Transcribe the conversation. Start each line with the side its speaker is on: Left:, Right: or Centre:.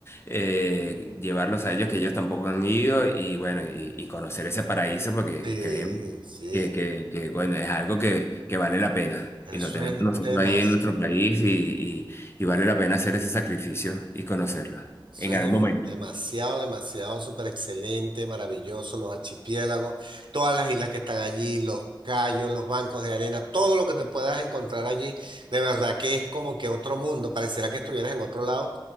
Left: eh, llevarlos a ellos que ellos tampoco han ido y bueno, y, y conocer ese paraíso porque
Right: Sí,
Left: creemos
Right: sí.
Left: que, que, que, bueno, es algo que, que vale la pena.
Right: Eso
Left: Y lo tenemos
Right: es
Left: nosotros
Right: demasiado,
Left: ahí en nuestro país y, y, y vale la pena hacer ese sacrificio y conocerlo
Right: eso
Left: en
Right: es
Left: algún
Right: demo-
Left: momento.
Right: demasiado, demasiado, súper excelente, maravilloso. Los archipiélagos, todas las islas que están allí, los cayos, los bancos de arena, todo lo que te puedas encontrar allí, de verdad que es como que otro mundo. Pareciera que estuvieras en otro lado.